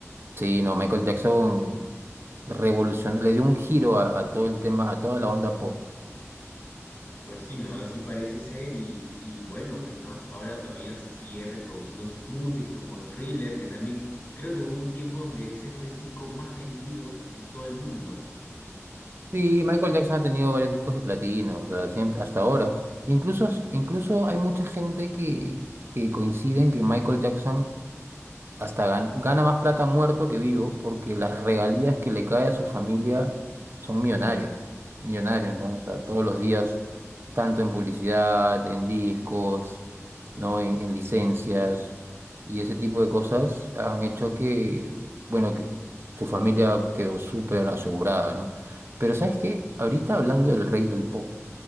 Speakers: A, on the right (about 50°); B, on the left (about 35°).
A: Sí, no, Michael Jackson revolucionó, le dio un giro a, a todo el tema, a toda la onda pop.
B: Pues sí, ¿no? Así parece ser y, y bueno, pues no, hasta ahora todavía se sigue reproduciendo sus músicas como Thriller, que también creo que hubo un tiempo donde ese fue el disco más vendido en todo el mundo. En-
A: Sí, Michael Jackson ha tenido varios discos de platino, o sea, siempre, hasta ahora. Incluso, incluso hay mucha gente que, que coincide en que Michael Jackson hasta gan- gana más plata muerto que vivo porque las regalías que le cae a su familia son millonarias, millonarias, ¿no? O sea, todos los días, tanto en publicidad, en discos, ¿no? En, en licencias y ese tipo de cosas han hecho que, bueno, que su familia quedó súper asegurada, ¿no? Pero ¿sabes qué? Ahorita hablando del rey del pop,